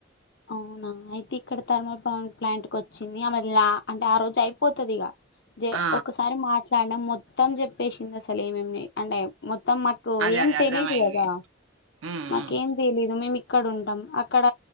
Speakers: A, on the left; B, on the right.
A: అవునా అయితే ఇక్కడ థర్మల్ పవన్ ప్లాంట్ కు వచ్చింది ఆమెలా అంటే ఆ రోజు అయిపోతది ఇక జె
B: ఆ
A: ఒకసారి మాట్లాడిన మొత్తం చెప్పేసింది అసలు ఏమేమి అంటే మొ త్తం మాకు
B: అదే
A: ఏం
B: అదే అర్థమయింది
A: తెలీదు కదా
B: ఉమ్,
A: మాకు
B: ఉమ్.
A: ఏం తెలీదు మేము ఇ క్కడ ఉంటాం అక్కడ